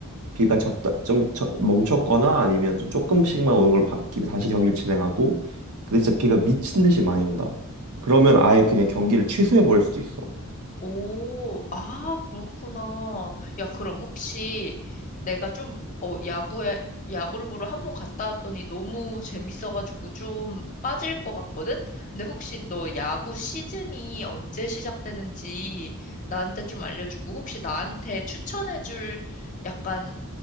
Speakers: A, on the right; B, on the left.
A: 비가 적다 좀 저- 멈췄거나 아니면 좀 조금씩만 오는 걸 바뀌면 다시 경기를 진행하고, 근데 진짜 비가 미친 듯이 많이 온다. 그러면 아예 그냥 경기를 취소해 버릴 수도 있어.
B: 오, 아, 그렇구나. 야, 그럼 혹시 내가 좀, 어, 야구에, 야구를 보러 한 번 갔다 왔더니 너무 재밌어가지고 좀 빠질 것 같거든? 근데 혹시 너 야구 시즌이 언제 시작되는지 나한테 좀 알려주고 혹시 나한테 추천해줄 약간,